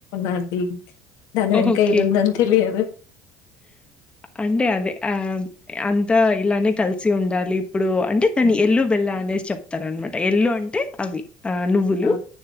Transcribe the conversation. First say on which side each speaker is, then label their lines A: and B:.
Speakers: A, on the left (about 75°); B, on the left (about 20°).
A: నా డీప్ దాన్ వెనక
B: ఓకే
A: ఐదుందని తెలియదు
B: అంటే అదే ఆ అంతా ఇలానే కలిసి ఉండాలి ఇప్పుడు అంటే తని
A: హ్మ్.
B: ఎల్లు బెల్ల అనేసి చెప్ తరనమాట ఎల్లు అంటే అవి ఆ నువ్వులు
A: ఆ!